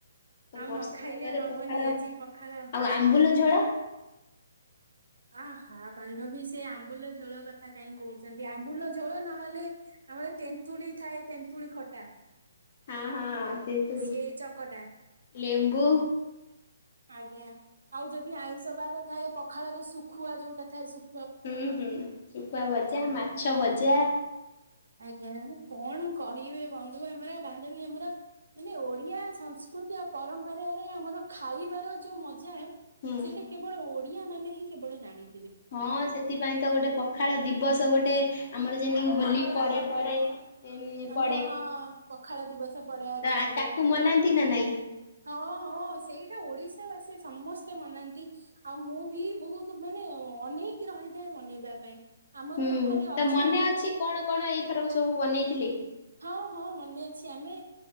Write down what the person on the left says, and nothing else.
ତ
ବର୍ଷା
ପାଗରେ
ପଖାଳ
ଆଉ ଆମ୍ବୁଲ ଝୋଳ।
ହଁ ହଁ
ତେନ୍ତୁଳି।
ଲେମ୍ବୁ।
ହୁଁ ହୁଁ ଶୁଖୁଆ ଭଜା, ମାଛ ଭଜା।
ହୁଁ।
ହଁ ସେଥିପାଇଁ ତ ଗୋଟେ ପଖାଳ ଦିବସ ଗୋଟେ ଆମର ଯେମତିକି ହୋଲି ପରେ ପରେ ଏମ୍
ପଡ଼େ
ତ
ତାକୁ ମନାନ୍ତି ନା ନାଇଁ?
ହୁଁ
ତ
ମନେ ଅଛି କଣ କଣ ଏଇଥରକ ସବୁ ବନେଇଥିଲି?